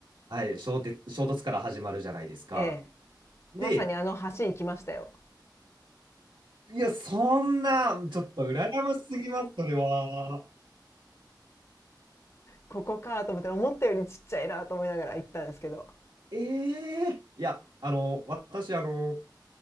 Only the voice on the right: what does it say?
はい、衝突、衝突から始まるじゃないですか。
で、
いや、そんな、ちょっと羨ましすぎます、それは。
ええいや、あの、私、あの、